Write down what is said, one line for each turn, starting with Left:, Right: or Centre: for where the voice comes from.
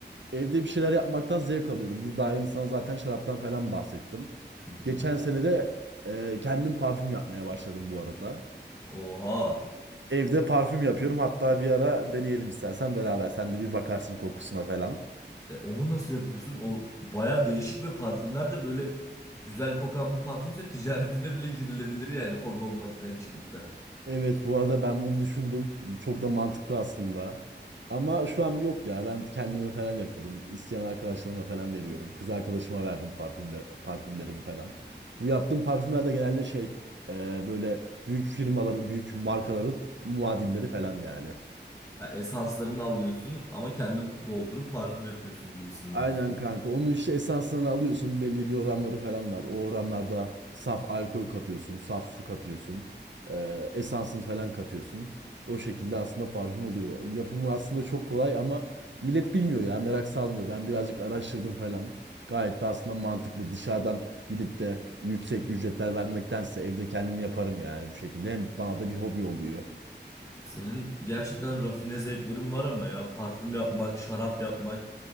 Right: evde bir şeyler yapmaktan zevk alıyorum. Bu daha yeni sana zaten şaraptan falan bahsettim.
Left: Hı
Right: Geçen
Left: hı.
Right: sene de e, kendim parfüm yapmaya başladım bu arada.
Left: Oha.
Right: Evde parfüm yapıyorum. Hatta bir ara deneyelim istersen beraber. Sen de bir bakarsın kokusuna falan.
Left: E, onu nasıl yapıyorsun? O baya değişik ve parfümler de böyle güzel kokan bir parfümse ticaretine bile girilebilir yani hobi olmaktan çıkıp da.
Right: Evet bu arada ben bunu düşündüm. Çok da mantıklı aslında. Ama şu an yok ya. Ben kendime falan yapıyorum. İsteyen arkadaşlarıma falan veriyorum. Kız arkadaşıma verdim parfümler, parfümlerimi falan. Bu yaptığım parfümler de genelde şey e, böyle büyük firmaların, büyük markaların muadilleri falan yani.
Left: Ha, esanslarını alıyorsun ama kendin doldurup parfüm yapıyorsun gibisinden.
Right: Aynen kanka. Onun işte esansını alıyorsun. Belli bir oranları falan var. O oranlarda saf alkol katıyorsun, saf su katıyorsun. Eee esansını falan katıyorsun. O şekilde aslında parfüm oluyor. Yapımı aslında çok kolay ama millet bilmiyor ya. Merak salmıyor. Ben birazcık araştırdım falan. Gayet de aslında mantıklı. Dışarıdan gidip de yüksek ücretler vermektense evde kendim yaparım yani bu şekilde. Hem bana da bir hobi oluyor.
Left: Senin gerçekten rafine zevklerin var ama ya parfüm yapmak, şarap yapmak